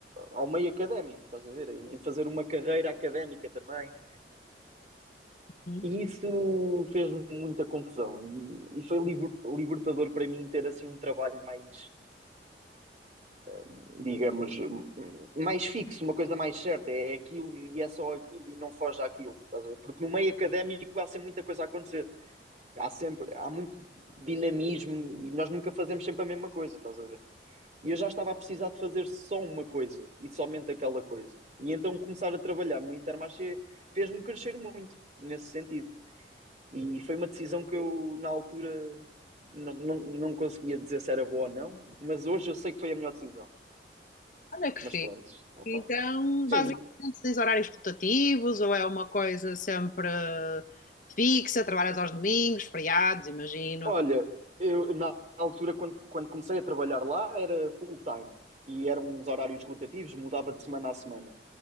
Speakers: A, on the right; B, on the left.
A: ao meio académico, estás a ver? Em fazer uma carreira académica também.
B: Uhum.
A: E isso fez-me muita confusão. E, e foi liber- libertador para mim ter assim um trabalho mais, digamos, mais fixo, uma coisa mais certa. É aquilo e é só aquilo e não foge àquilo, estás a ver? Porque no meio académico há sempre muita coisa a acontecer. Há sempre, há muito dinamismo e nós nunca fazemos sempre a mesma coisa, estás a ver? E eu já estava a precisar de fazer só uma coisa e somente aquela coisa. E então começar a trabalhar no Intermarché fez-me crescer muito nesse sentido. E foi uma decisão que eu, na altura, não, não, não conseguia dizer se era boa ou não, mas hoje eu sei que foi a melhor decisão.
B: Olha que
A: Mas
B: fixe.
A: pronto, opá.
B: Então,
A: Sim,
B: basicamente, tens horários rotativos, ou é uma coisa sempre fixa, trabalhas aos domingos, feriados, imagino.
A: olha, eu na altura, quando, quando comecei a trabalhar lá, era full time e eram uns horários rotativos, mudava de semana a semana.